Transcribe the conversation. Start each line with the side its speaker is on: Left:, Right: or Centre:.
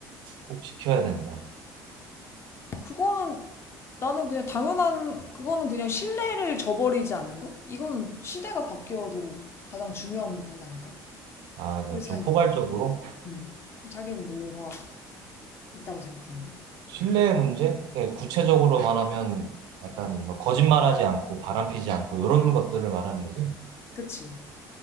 Right: 꼭 지켜야 된다.
Left: 그거는 나는 그냥 당연한, 그거는 그냥 신뢰를 저버리지 않는 거? 이거는 시대가 바뀌어도 가장 중요한 부분 아닐까?
Right: 아,
Left: 커플
Right: 그러니까
Left: 사이.
Right: 좀 포괄적으로?
Left: 음. 그럼 자기는 뭐가 있다고 생각하는데?
Right: 신뢰의 문제? 예, 구체적으로 말하면 약간 뭐 거짓말하지 않고 바람피지 않고 이런 것들을 말하는 거지.
Left: 그치?